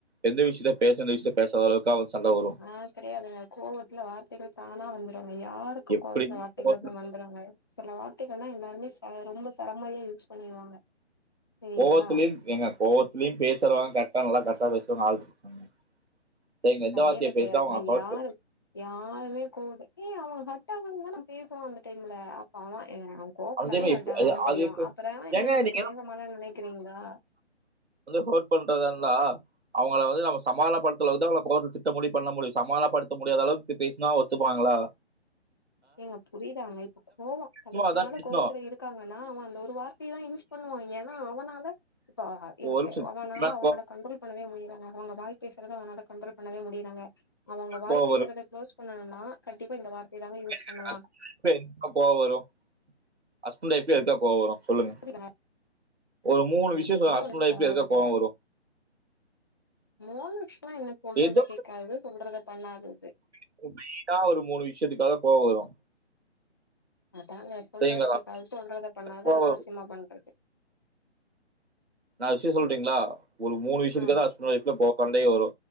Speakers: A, on the right; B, on the left.
A: எந்த விஷ்யத்த பேசணு எந்த விஷ்யத்த பேசாதளவு க்கா சண்ட வரு
B: ஆ கெடயாதுங்க கோவத்ல வார்த்தைகள் தானா வந்துருங்க யாருக்கு
A: எப்படி
B: கோவத்ல வார்த்தைகள்
A: கோவத்துல-
B: வந்துருங்க சில வார்த்தைகள்ல்லா எல்லாருமே ச ரொம்ப சரமாரியா யூஸ் பண்ணிருவாங்க சரிங்களா
A: கோவத்துலயு ஏங்க கோவத்துலயு பேசறவங்க கரெட்டா நல்லா கரெக்டா பேசுவாங்க ஆள் இருக்காங்க சரிங்க எந்த
B: கெடையவே
A: வார்த்தைய
B: கெடையாதுங்க
A: பேசுனா அவுங்க ஹர்ட்டு
B: யாரு யாருமே கோவத்த ஏ அவுங்க ஹர்ட்டாங் தானே நா பேசுவோ அந்த டைம்ல அப்ப அவன் அ கோவப்பட்டாலே
A: அவன்
B: ஹர்ட்டாவங்கன்னு தெரியு
A: அது எப்படி
B: அப்றோ என்ன
A: ஏங்க
B: இத
A: நீங்க
B: பத்தி பேச மாட்டனு நெனக்கிறிங்ளா
A: வந்து ஹர்ட் பண்றதா இருந்தா அவுங்கள வந்து நம்ம சமாதானப்படுத்தளவுதா அவள கோவத்துல திட்ட முடியு பண்ண முடியு சமாதானப்படுத்த முடியாத அளவுக்கு தி பேசுனா ஒத்துப்பாங்ளா
B: ஏங்க புரிதாங்க இப்ப கோவோ தலைக்கு
A: சும்மா அதான்
B: மேல
A: பேசணும்
B: கோவத்ல இருக்காங்னா அவுங்க அந்த ஒரு வார்த்தையதா யூஸ் பண்ணுவான் ஏனா அவனால இப்போ அ இவ
A: ஒரு
B: கே
A: நிமிஷம்
B: அவனால அவங்கள கண்ட்ரோல் பண்ணவே முடியலங்க அவங்க வாய் பேசறதா அவனால கண்ட்ரோல் பண்ணவே முடியலங்க அவுங்க வாய்
A: கோவம்
B: பேசறத
A: வரும்
B: குளோஸ் பண்ணணுனா கண்டிப்பா இந்த வார்த்தையதாங்க யூஸ்
A: எதுக்குடா
B: பண்ணுவா
A: சொன்ன சே எப்பல்லா கோவோ வரு ஹஸ்பண்ட் ஒய்ஃப்க்கு எதுக்காக கோவோ வரு சொல்லுங்க
B: புரியுதா?
A: ஒரு மூணு
B: எனக்கு
A: விஷ்யோ சொல்லுங்க
B: ஏதோ
A: ஹஸ்பண்ட் அண்ட் ஒய்ஃப்குல்ல
B: கோவ
A: எதுக்காக
B: வருதுங்க
A: கோவோ வரு
B: மூணு விஷ்யோல்லா என்ன சொல்றத
A: ஏதோ
B: கேட்காதது சொல்றத பண்ணாதது
A: இப்ப மெய்னா ஒரு மூணு விஷ்யத்துக்காக கோவோ வரு
B: அதாங்க சொல்லுறத
A: சரிங்களா
B: கேக்காதது சொல்றத பண்ணாதது
A: கோவம்
B: அனாவிசியமா பண்றது
A: நா விஷ்யம் சொல்ட்டுங்ளா ஒரு மூணு விஷ்யத்துக்காகதா
B: ஆ
A: ஹஸ் பண்ட் வைஃப்க்குள்ள கோ சண்டயே வரு